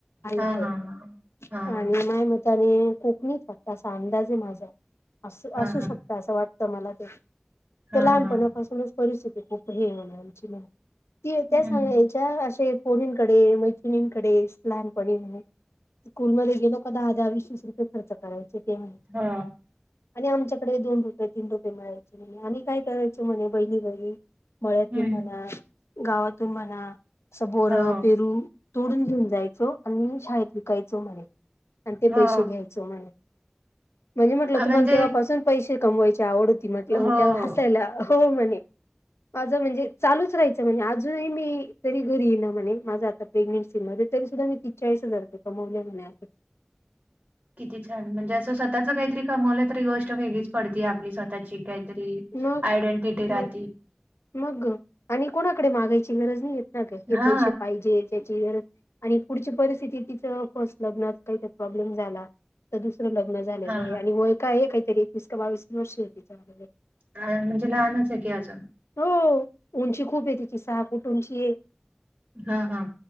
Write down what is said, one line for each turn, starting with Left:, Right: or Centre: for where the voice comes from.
Left: आई
Right: हां
Left: हाये.
Right: हां हां. हां
Left: आणि माय म त्याने कोकणीत वाटत. असा अंदाजे माझा. अस
Right: हां
Left: असू
Right: हां
Left: शकत असं वाटतं मला ते.
Right: हां
Left: ते लहानपणापासूनच
Right: हां
Left: परिस्थिती खूप हे म्हण आमची वाली. ती
Right: हम्म
Left: त्या सांगायच्या असे पोरीनकडे मैत्रिणींकडे. लहानपणी म्हणे. स्कूल मध्ये गेलो का दाहा दाहा विस विस कीती खर्च करायचे ते म्हणे.
Right: हो
Left: आणि आमच्याकडे दोन रुपये तीन रुपये मिळायचे म्हणे. आम्ही काय करायचो म्हणे बहिणी बहीणी मळ्यातून
Right: हम्म
Left: म्हणा, गावातून म्हणा, असं बोरं
Right: हो
Left: पेरू तोडून घेऊन जायचो. आणि शाळेत विकायचो म्हणे. आणि ते
Right: हो
Left: पैसे घ्याय चो म्हणे. म्हणजे म्हटलं
Right: हां, म्हणजे
Left: तुम्हाला तेव्हापासून पैसे कमवायची आवड होती. म्हटलं
Right: हो
Left: त्या हसायला हो म्हणे. माझं म्हणजे चालूच राहायचं म्हणी. अजूनही मी जरी घरी ये ना म्हणे. माझं आता प्रेग्नेन्सी मध्ये तरी सुद्धा मी तीेस चाळीस हजार रुपये कमवले म्हणे. <unintelligible>
Right: किती छान, म्हणजे असं स्वतःच काहीतरी कमवलं तरी गोष्ट वेगळीच पडतीय आपली स्वतःची का तरी.
Left: मग
Right: आयडेंटिटी राहती.
Left: मग मग, आणि कोणाकडे मागायची गरज नाही येत ना गं, हे
Right: हा
Left: पैसे पाहिजे त्याची गरज आणि पुढची परिस्थिती तिचं फस्ट लग्नात काहीतरी प्रॉब्लेम झाला. तर दुसरं लग्न झालेलं
Right: हा
Left: आहे, आणि वय का आहे, काहीतरी एकवीस का बावीस वर्ष आहे तिचे
Right: अ म्हणजे लहानच आहे की अजून.
Left: हो उंची खूप आहे तिची सहा फूट उंची आहे.
Right: हा हा